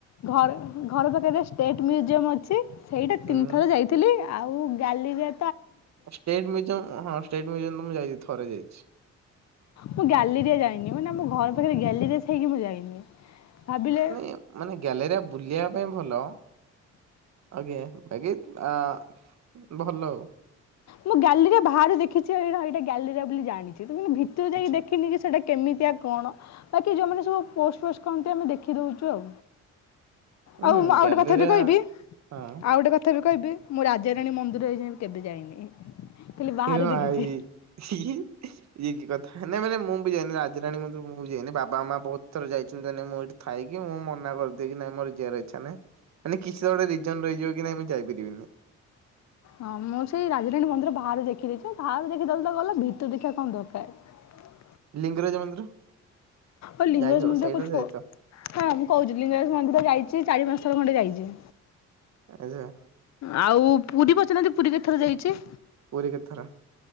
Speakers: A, on the left; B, on the right.
A: ଘର ଘର ପାଖେ ରେଷ୍ଟ୍ ଷ୍ଟେଟ୍ ମ୍ୟୁଜିୟମ୍ ଅଛି। ସେଇଟା ତିନି
B: ହୁଁ।
A: ଥର ଯାଇଥିଲି ଆଉ ଗ୍ୟାଲେରୀଆ
B: ହଁ ଷ୍ଟେଟ୍ ମ୍ୟୁଜିୟମ୍ ହଁ ଷ୍ଟେଟ୍ ମ୍ୟୁଜିୟମ୍ ତ ମୁଁ ଯାଇଛି ଥରେ କରାଯାଇଛି।
A: ମୁଁ ଗ୍ୟାଲେରିଆ ଯାଇନି ମାନେ ଆମ ଘର ପାଖରେ ଗ୍ୟାଲେରିଆ ଥାଇକି ମୁଁ ଯାଇନି। ଭାବିଲେ
B: ନାଇଁ ମାନେ ଗ୍ୟାଲେରିଆ ବୁଲିବା ପାଇଁ ଭଲ ଆଜ୍ଞା ତାଗିଦ୍ ଆ ଭଲ ଆଉ।
A: ମୁଁ ଗ୍ୟାଲେରୀଆ ବାହାରୁ ଦେଖିଛି ଏଇଟା ଏଇଟା ଗ୍ୟାଲେରୀଆ ବୋଲି ଜାଣିଛି। କିନ୍ତୁ ଭିତରକୁ ଯାଇକି
B: ଆଚ୍ଛା
A: ଦେଖିନିକି ସେଟା କେମିତିଆ କଣ ବାକି ଯୋଉମାନେ ସବୁ ପୋଷ୍ଟ ଫୋଷ୍ଟ କରନ୍ତି ଆମେ ଦେଖିଦଉଛୁ ଆଉ।
B: ହୁଁ
A: ଆଉ ମୁଁ ଆଉ
B: ଗ୍ୟାଲେରିଆ
A: ଗୋଟେ କଥା ବି କହିବି
B: ହଁ
A: ଆଉ ଗୋଟେ କଥା ବି କ କହିବି ମୁଁ ରାଜାରାଣୀ ମନ୍ଦିର ଏଇ ଯାଏ ବି କେବେ ଯାଇନି। ଖାଲି ବାହାରୁ
B: ଏ ଭାଇ
A: ଦେଖିଛି।
B: ଇଏ ଇଏ କି କଥା। ନାଇଁ ମାନେ ମୁଁ ବି ଯାଇନି ରାଜରାଣୀ ମନ୍ଦିର ମୁଁ ବି ଯାଇନି ବାବା ମାମା ବହୁତ ଥର ଯାଇଛନ୍ତିମାନେ ମୁଁ ଏଇଠି ଥାଇକି ମୁଁ ମନା କରିଦିଏ କି ନାଇଁ ମୋର ଯିବାର ଇଚ୍ଛା ନାହିଁ ମାନେ କିଛି ତ ଗୋଟେ ରିଜନ ରହିଯିବ କି ନାଇଁ ମୁଁ ଯାଇପାରିବିନି।
A: ହଁ ମୁଁ ସେଇ ରାଜାରାଣୀ ମନ୍ଦିର ବାହାରେ ଦେଖିଦେଇଛି ବାହାରେ ଦେଖିଦଲେ ତ ଗଲା ଭିତର ଦେଖିବା କଣ ଦରକାର।
B: ଲିଙ୍ଗରାଜ ମନ୍ଦିର?
A: ଆଉ ଲିଙ୍ଗରାଜ
B: ଯାଇଥିବ
A: ମନ୍ଦିର
B: ତ ସେଇଟା ତ
A: କଣ
B: ଯାଇଥିବ
A: ହଁ ମୁଁ କହୁଛି ଲିଙ୍ଗରାଜ ମନ୍ଦିର ଯାଇଛି ଚାରି ପାଞ୍ଚ ଥର ଖଣ୍ଡେ ଯାଇଛି। ଆଜି
B: ଆଚ୍ଛା।
A: ଆଉ ପୁରୀ ପଚାରୁନାହାଁନ୍ତି ପୁରୀ କେତେ ଥର ଯାଇଛି।
B: ପୁରୀ କେତେଥର?